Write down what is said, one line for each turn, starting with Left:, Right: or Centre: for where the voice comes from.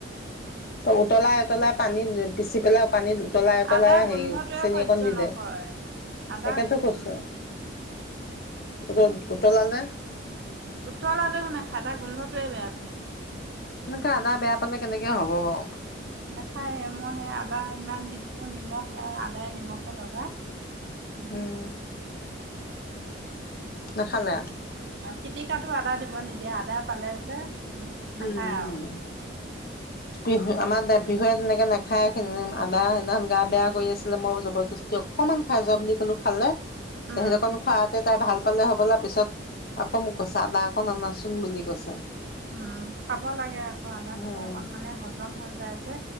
Left: ত উতলাই উতলাই পানীত পিচি পেলাই পানীত উতলাই উতলাই
Right: আদা গোন্ধটোৱে
Left: হেই চেনি
Right: সহ্য
Left: অকন দি
Right: নকৰে
Left: দে,
Right: আদা
Left: তাকেতো
Right: গোন্ধ
Left: কৈছো। উদত উতলালে।
Right: উতলালেও নাখায়, তাই গোন্ধটোৱে বেয়া পায়।
Left: এনেকে আদা বেয়া পালে কেনেকে হ'ব বাৰু।
Right: নাখায়ে, মই সেই আদা ইমান দি থাকো, নিমখ আদায়ে নিমখে লগাই। উমহু।
Left: উম নাখালে আ
Right: পিটিকাটো আদা দিব নিদিয়ে, আদা পালে যে নাখায়
Left: উ'ম,
Right: আৰু
Left: উ'ম <inaudible> আমাৰ পিহুৱে তেনেকে নাখায় আদা, সেইদিনাখন গা বেয়া কৰি আছিলে ময়ো জবৰদস্তি অকমান খাই যোৱা বুলি ক'লো খালে। তে
Right: উম
Left: সেঁকন খুৱওঁতে তাই ভাল পালে হ'বলা, পিছত আকৌ মোক কৈছে, আদা অকন আনাচোন বুলি কৈছে।
Right: উ'ম খাব লাগে আকৌ, আদা
Left: উম
Right: খালে অকন মানে হজম হৈ যায় যে।